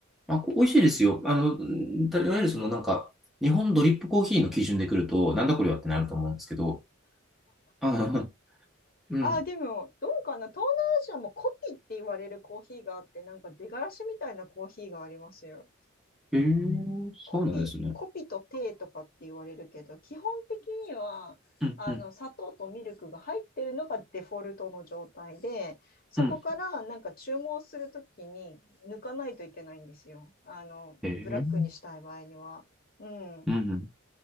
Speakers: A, in the centre; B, on the left (about 50°).
A: あ、こ美味しいですよ。あの、うんたいわゆるそのなんか、日本ドリップコーヒーの基準で来ると、なんだこれはってなると思うんですけど。あ、うんうん。
B: あー、でも、どうかな東南アジアもコピって言われるコーヒーがあって、なんか出がらしみたいなコーヒーがありますよ。
A: へえーそうなんですね。
B: コピ、コピとテーとかって言われるけど、基本的には、
A: うん。
B: あの、
A: うん。
B: 砂糖とミルクが入ってるのがデフォルトの状態で、そこからなんか注文するときに抜かないといけないんですよ。
A: うん。
B: あの、
A: へえー
B: ブラックにしたい場合には。うん。
A: うん。